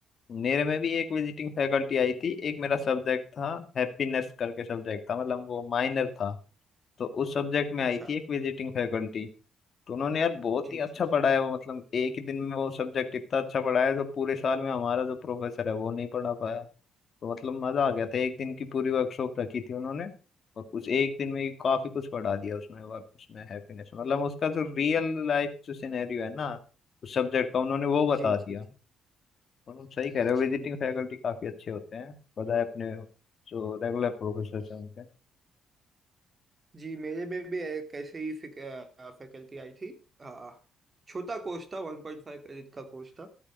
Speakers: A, on the left; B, on the right.
A: मेरे में भी एक विजिटिंग फैकल्टी आई थी एक मेरा सब्जेक्ट था हैप्पीनेस करके सब्जेक्ट था मतलब वो माइनर था तो उस सब्जेक्ट में
B: अच्छा
A: आई थी एक विजिटिंग फैकल्टी तो उन्होंने यार बहुत
B: जी
A: ही अच्छा
B: जी
A: पढ़ाया
B: जी
A: वो मतलब एक ही दिन में वो सब्जेक्ट इतना अच्छा पढ़ाया जो पूरे साल में हमारा जो प्रोफेसर है वो नहीं पढ़ा पाया तो मतलब मजा आ गया था एक दिन की पूरी वर्कशॉप रखी थी उन्होंने और उस एक दिन में ही काफी कुछ पढ़ा दिया उसमें वर्क उसमें हैप्पीनेस मतलब उसका जो रियल लाइफ जो सिनेरियो है ना उस सब्जेक्ट का उन्होंने वो
B: जी
A: बता
B: जी
A: दिया
B: जी
A: और हम सही कह रहे हो
B: जी
A: विजिटिंग फैकल्टी काफी अच्छे होते हैं बजाय अपने जो रेगुलर प्रोफेसर हैं उनके
B: जी मेरे में भी एक ऐसे ही फैकल्टी आई थी आ, छोटा कोर्स था वन पॉइंट फाइव क्रेडिट का कोर्स था